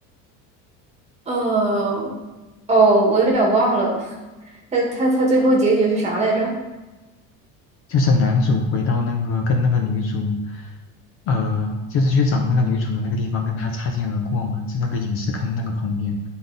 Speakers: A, on the right (about 20°); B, on the left (about 40°).
A: 呃，哦，我有点忘了。他他他最后结局是啥来着？
B: 就是男主回到那个跟那个女主，呃，就是去找那个女主的那个地方，跟她擦肩而过嘛，就那个陨石坑那个旁边。